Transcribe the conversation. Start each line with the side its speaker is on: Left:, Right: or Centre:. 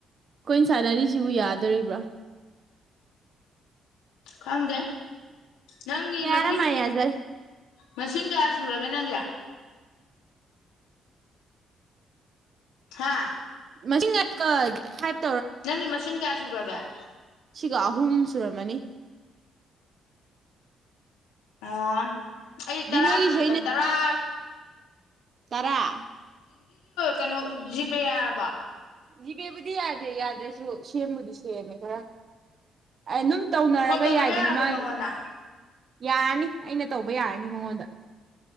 Right: ꯑꯈꯣꯏ ꯁꯥꯟꯅꯔꯤꯁꯤꯕꯨ ꯌꯥꯗꯣꯔꯤꯕ꯭ꯔꯣ
Left: ꯈꯪꯗꯦ ꯅꯪꯒꯤ
Right: ꯌꯥꯔꯝꯃꯅꯤ
Left: ꯃꯁꯤꯡ
Right: ꯌꯥꯖꯔꯦ
Left: ꯃꯁꯤꯡ ꯀꯌꯥ ꯁꯨꯔꯒꯦ ꯅꯪꯒꯤ ꯊꯥ
Right: <unintelligible>
Left: <inaudible> ꯁꯨꯒꯔꯒꯦ
Right: ꯁꯤꯒ ꯑꯍꯨꯝ ꯁꯨꯔꯝꯃꯅꯤ
Left: ꯑꯣ ꯑꯩꯗꯤ
Right: ꯗꯤ ꯅꯣꯏꯒꯤꯁꯨ
Left: ꯇꯔꯥ
Right: ꯇꯥꯔꯥ
Left: ꯀꯩꯅꯣ ꯖꯤꯞ ꯄꯦ ꯌꯥꯔꯕ
Right: ꯖꯤꯒꯦꯕꯨꯗꯤ ꯌꯥꯗꯦ ꯌꯥꯗ꯭ꯔꯁꯨ ꯁꯦꯝꯕꯨꯗꯤ ꯁꯦꯝꯃꯦ ꯈꯔ ꯑꯗꯨꯝ ꯇꯧꯅꯔꯒ
Left: ꯐꯣꯟ ꯇꯧꯅꯕ
Right: ꯌꯥꯏꯗꯅ
Left: ꯌꯥꯔꯕꯣ
Right: ꯃꯥꯒꯤ
Left: ꯃꯉꯣꯟꯗ
Right: ꯌꯥꯔꯅꯤ ꯑꯩꯅ ꯇꯧ ꯕ ꯌꯥꯔꯅꯤ ꯃꯉꯣꯟꯗ